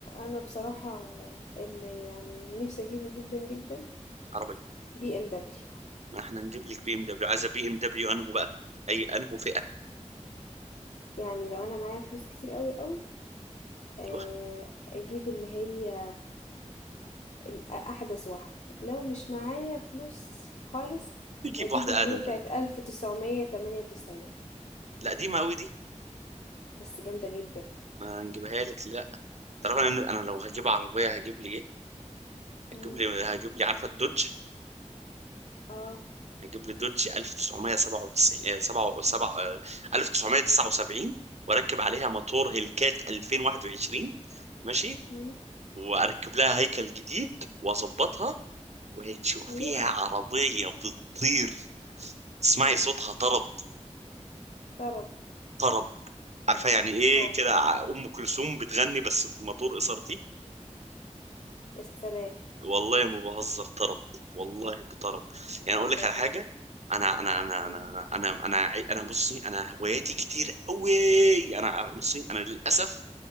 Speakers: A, on the left; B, on the right.
A: انا بصراحة اللي يعني نفسي اجيبه جدا جدا
B: عربية
A: بي ام دبليو
B: ما احنا نجيب لك بي ام دبليو عايزة بي ام دبليو انه بقى اي انه فئة
A: يعني لو انا معايا فلوس كتير قوي قوي آه،
B: ايوه
A: اجيب اللي هي ال- احدث واحدة لو مش معايا فلوس خالص
B: نجيب
A: اجيب
B: واحدة
A: اللي
B: ادم
A: هي بتاعت 1998
B: لا دي قوي دي
A: بس جامدة جدا
B: ما نجيبها لك لا طبعا انا أنا لو هجيب عربية هجيب لي ايه
A: مم.
B: هجيب لي هجيب لي عارفة الدوج
A: اه
B: هجيب لي دوج 1997 7 7 1979 واركب عليها موتور هيلكات 2021 ماشي
A: مم.
B: واركب لها هيكل جديد واظبطها وهتشوفيها
A: ايوه
B: عربية بتطير تسمعي صوتها طرب
A: طرب
B: طرب عارفه يعني ايه
A: اه
B: كده ع- ام كلثوم بتغني بس في مطور اسرتي
A: السلام
B: والله ما بهزر طرب والله بطرب يعني اقول
A: الله
B: لك على حاجه
A: الله
B: انا انا انا
A: مم.
B: انا انا انا انا أنا بصي انا هواياتي كتير قوي انا بصي انا للاسف